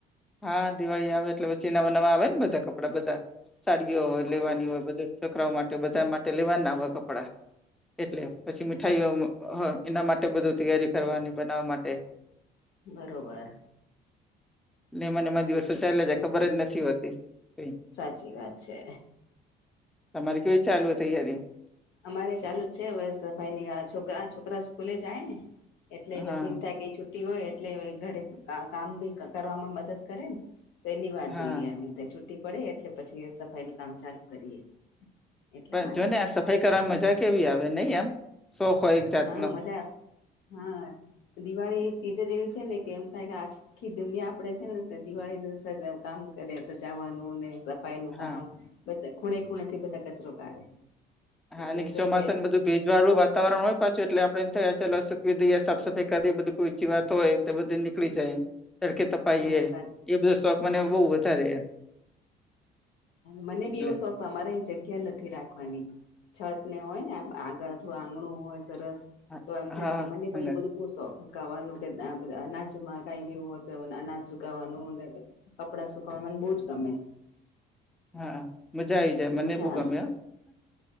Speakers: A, in the centre; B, on the left.
A: હા દિવાળી આવે એટલે પછી નવા નવા આવે ને બધા કપડા બધા સાડીઓ હોય
B: હા
A: લેવાની હોય બધી છોકરાઓ માટે બધા માટે લેવાના હોય કપડાં એટલે પછી મીઠાઈઓ એના માટે બધું તૈયારી કરવાની બનાવવા માટે
B: બરોબર.
A: ને એમા ને એમા દિવસો ચાલિયા જાય ખબર જ નથી હોતી કઈ
B: સાચી વાત છે.
A: તમારી કેવી ચાલુ તૈયારી
B: અમારે ચાલુ જ છે હવે સફાઈની આ છોકરા છોકરા સ્કૂલે જાય ને એટલે પછી
A: હા
B: એમ થાય કે છુટી હોય એટલે ઘરે કામ બી કરવામાં મદદ કરે તેની વાટ
A: હા
B: જોઈએ છુટ્ટી પડે એટલે પછી સફાઈનું કામ ચાલુ કરીએ એટલા
A: પણ
B: માટે
A: જો ને આ સફાઈ કરવાની મજા કેવી આવે નઈ એમ શોખ હોય એક જાતનો
B: હા મજા આવે હા દિવાળી એક ચીજ જ એવી છે ને કે એમ થાય કે આ આખી દુનિયા આપડે છે ને તે દિવાળીને સજાવ કામ કરે સજાવાનુંને સફાઈનું
A: હા
B: કામ બધા ખૂણે ખૂણેથી બધા કચરો કાઢે
A: હા
B: એટલે
A: અને
B: એ તો
A: ચોમાસાને
B: છે જ
A: બધું ભેજ વાળું વાતાવરણ હોય પાછું એટલે આપણે એને થયા ચાલો સુકવી દઈએ સાફાઈ કરીએ એ બધું કોઈ વાત હોય. બધી નીકળી જાય કે
B: હા
A: એ
B: સારી
A: એ બધો શોખ
B: હા
A: મને બહું વધારે
B: મને
A: એટલે
B: બી એવો શો અમારે જગ્યા નથી રાખવાની છત ને હોય ને આગળ થોડું આંગણું હોય સરસ
A: હા
B: તો એમ થાય
A: હા
B: કે મને
A: હા
B: બ બો શોખ શુંકાવાનું કે નાચમાં કઈ બી હોય તો નાચ <unintelligible> સુકાવાનું કપડાં સુખવાવામાં મને બહુ જ ગમે.
A: હા મજા આવી જાય
B: મજા
A: મને બહુ
B: આવે
A: ગમે